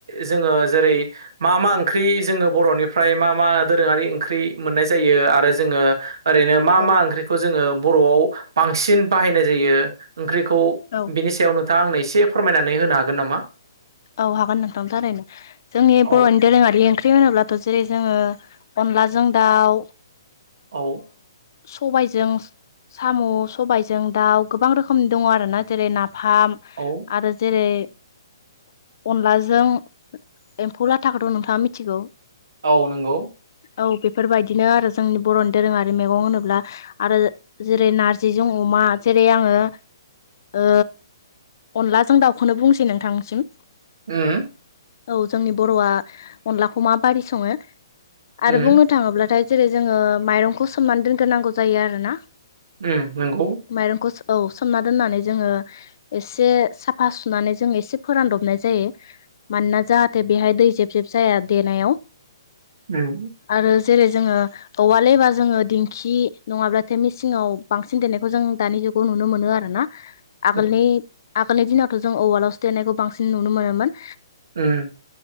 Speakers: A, on the right (about 60°); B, on the left (about 50°).
A: जोङो जेरै- मा मा ओंख्रि जोङो बर'निफ्राय मा मा दोरोङारि ओंख्रि मोननाय जायो आरो जोंङो। ओरैनो मा
B: औ
A: मा ओंख्रिखौ जोङो बर'आव बांसिन बाहायनाय जायो ओंख्रिखौ?
B: औ।
A: बेनि सायाव नोंथाङा आंनो एसे फोरमायनानै होनो हागोन नामा?
B: औ हागोन नोंथां थारैनो जोंनि
A: औ
B: बर'नि दोरोङारि। ओंख्रि होनोब्लाथ' जेरै जोङो अनलाजों दाउ।
A: औ।
B: सबायजों। साम' सबायजों दाउ गोबां रोखोमनि दङ आरो ना जेरै नाफाम।
A: औ।
B: आरो जेरै- अनलाजों एम्फौ लाथाखौथ' नोंथाङा मिथिगौ।
A: औ नंगौ।
B: औ बेफोरबायदिनो आरो जोंनि बर'नि दोरोङारि मैगं होनोब्ला। आरो जेरै नारजिजों अमा जेरै आंङो। ओ अनला जों दाउखौनो बुंसै नोंथांसिम।
A: ओम।
B: औ जोंनि बर'आ अनलाखौ माबोरि सङो? आरो
A: उम
B: बुंनो। थाङोब्लाथाय जेरै जोङो माइरंखौ सोमनानै दोनग्रोनांगौ जायो आरोना।
A: उम नंगौ।
B: माइरंखौ औ सोमना दोननानै जोङो एसे साफा सुनानै जों एसे। फोरानदबनाय जायो मानोना जाहाथे बेहाय दै जेब-जेब जाया देनायाव।
A: उम
B: आरो जेरै जोङो। औवालैबा जोङो दिंखि नङाब्लाथाय मेसिनाव बांसिन देनायखौ जों दानि जुगाव नुनो मोनो आरो ना।
A: <inaudible> <unintelligible>
B: आगोलनि आगोलनि दिनावथ' जों उवालाव स देरनायखौ बांसिन नुनो मोनोमोन।
A: ओम।